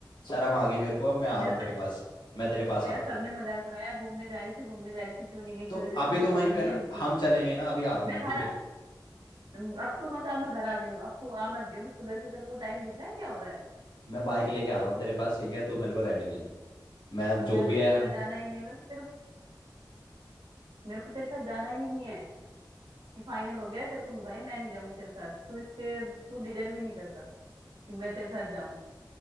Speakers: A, on the left (about 65°); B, on the right (about 80°).
A: शर्म आ गई मेरे को अब मैं आ
B: मेरा
A: रहा हूँ तेरे पास मैं तेरे पास
B: मेरे
A: आ रहा
B: सबने
A: हूँ
B: मजाक बनाया घूमने जा रही थी घूमने जा रही थी क्यों नहीं गई क्यों
A: तो
B: नहीं गई
A: अभी
B: तेरे को
A: तो
B: शर्म
A: वहीं पे
B: नहीं
A: है
B: है
A: ना
B: बिल्कुल
A: हम
B: भी
A: चलेंगे ना अभी आ रहा हूँ
B: मैं
A: मैं ठीक
B: घर
A: है
B: अब तू मत अब मैं घर आ गई हूँ अब तू आ मत जियो मैं सुबह से तेरे को टाइम दिख रहा है क्या हो रहा है
A: मैं बाइक लेके आ रहा हूँ तेरे पास ठीक है तू मेरे को रेडी मिल मैं
B: तो
A: जो
B: मेरे
A: भी
B: को तेरे
A: है हम
B: साथ जाना ही नहीं है मेरे को तेरे मेरे को तेरे साथ जाना ही नहीं है ये फाइनल हो गया है तेरे को भाई मैं नहीं जाऊंगी तेरे साथ तू इसके तू डिजर्व ही नहीं करता कि मैं तेरे साथ जाऊं